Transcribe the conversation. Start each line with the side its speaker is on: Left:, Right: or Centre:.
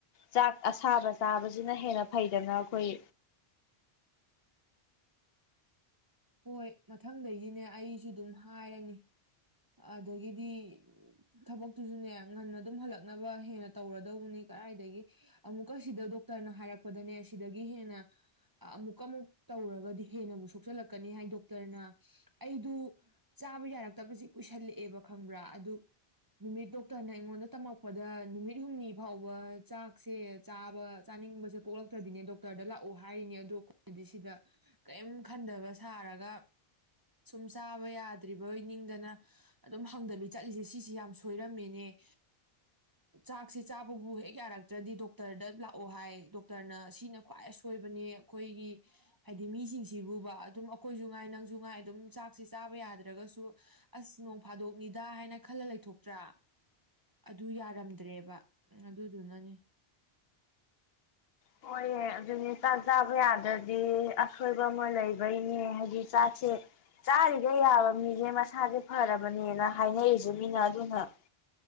Left: ꯆꯥꯛ ꯑꯁꯥꯕ ꯆꯥꯕꯁꯤꯅ ꯍꯦꯟꯅ ꯐꯩꯗꯅ ꯑꯩꯈꯣꯏ
Right: ꯍꯣꯏ ꯃꯊꯪꯗꯒꯤꯗꯤꯅꯦ ꯑꯩꯁꯨ ꯑꯗꯨꯝ ꯍꯥꯏꯔꯅꯤ ꯑꯗꯒꯤꯗꯤ ꯊꯕꯛꯇꯨꯁꯨꯅꯦ ꯉꯟꯅ ꯑꯗꯨꯝ ꯍꯜꯂꯛꯅꯕ ꯍꯦꯟꯅ ꯇꯧꯔꯗꯧꯕꯅꯤ ꯀꯗꯥꯏꯗꯒꯤ ꯑꯃꯨꯛꯀ ꯁꯤꯗ ꯗꯣꯛꯇꯔꯅ ꯍꯥꯏꯔꯛꯄꯗꯅꯦ ꯁꯤꯗꯒꯤ ꯍꯦꯟꯅ ꯑꯃꯨꯛꯀ ꯑꯃꯨꯛ ꯇꯧꯔꯒꯗꯤ ꯍꯦꯟꯅꯕꯨ ꯁꯣꯛꯆꯤꯜꯂꯛ ꯀꯅꯤ ꯍꯥꯏ ꯗꯣꯛꯇꯔꯅ ꯑꯩꯗꯨ ꯆꯥꯕ ꯌꯥꯔꯛꯇꯕꯁꯤ ꯀꯨꯏꯁꯜꯂꯛꯑꯦꯕ ꯈꯪꯕ꯭ꯔꯥ ꯑꯗꯨ ꯅꯨꯃꯤꯠ ꯗꯣꯛꯇꯔꯅ ꯑꯩꯉꯣꯟꯗ ꯇꯝꯃꯛꯄꯗ ꯅꯨꯃꯤꯠ ꯍꯨꯝꯅꯤ ꯐꯥꯎꯕ ꯆꯥꯛꯁꯦ ꯆꯥꯕ ꯆꯥꯅꯤꯡꯕꯁꯦ ꯄꯣꯛꯂꯛꯇ꯭ꯔꯗꯤꯅꯦ ꯗꯣꯛꯇꯔꯗ ꯂꯥꯛꯑꯣ ꯍꯥꯏꯔꯤꯅꯦ ꯑꯗꯣ ꯁꯤꯗ ꯀꯦꯝ ꯈꯟꯗꯕ ꯁꯥꯔꯒ ꯁꯨꯝ ꯆꯥꯕ ꯌꯥꯗ꯭ꯔꯤꯕꯣꯏ ꯅꯤꯡꯗꯅ ꯑꯗꯨꯝ ꯍꯪꯗꯕꯤ ꯆꯠꯂꯤꯖꯦ ꯁꯤꯁꯦ ꯌꯥꯝ ꯁꯣꯏꯔꯝꯃꯦꯅꯦ ꯆꯥꯛꯁꯦ ꯆꯥꯕꯕꯨ ꯍꯦꯛ ꯌꯥꯔꯛꯇ꯭ꯔꯗꯤ ꯗꯣꯛꯇꯔꯗ ꯂꯥꯛꯑꯣ ꯍꯥꯏ ꯗꯣꯛꯇꯔꯅ ꯁꯤꯅ ꯈ꯭ꯋꯥꯏ ꯁꯣꯏꯕꯅꯦ ꯑꯈꯣꯏꯒꯤ ꯍꯥꯏꯗꯤ ꯃꯤꯁꯤꯡꯁꯤꯕꯨꯕ ꯑꯗꯨꯝ ꯑ ꯑꯈꯣꯏꯖꯨ ꯉꯥꯏ ꯅꯪꯖꯨ ꯉꯥꯏ ꯑꯗꯨꯝ ꯆꯥꯛꯁꯤ ꯆꯥꯕ ꯌꯥꯗ꯭ꯔꯒꯁꯨ ꯑꯁ ꯅꯣꯡ ꯐꯥꯗꯣꯛꯅꯤꯗ ꯍꯥꯏꯅ ꯈꯜꯂ ꯂꯩꯊꯣꯛꯇ꯭ꯔꯥ ꯑꯗꯨ ꯌꯥꯔꯝꯗ꯭ꯔꯦꯕ ꯑꯗꯨꯗꯨꯅꯅꯤ꯫
Left: ꯍꯣꯏꯌꯦ ꯑꯗꯨꯅꯦ ꯆꯥꯛ ꯆꯥꯕ ꯌꯥꯗ꯭ꯔꯗꯤ ꯑꯁꯣꯏꯕ ꯑꯃ ꯂꯩꯕꯩꯅꯦ ꯍꯥꯏꯗꯤ ꯆꯥꯛꯁꯦ ꯆꯥꯔꯤꯒꯩ ꯌꯥꯕ ꯃꯤꯖꯦ ꯃꯁꯥꯖꯦ ꯐꯔꯕꯅꯦꯅ ꯍꯥꯏꯅꯩꯖꯦ ꯃꯤꯅ ꯑꯗꯨꯅ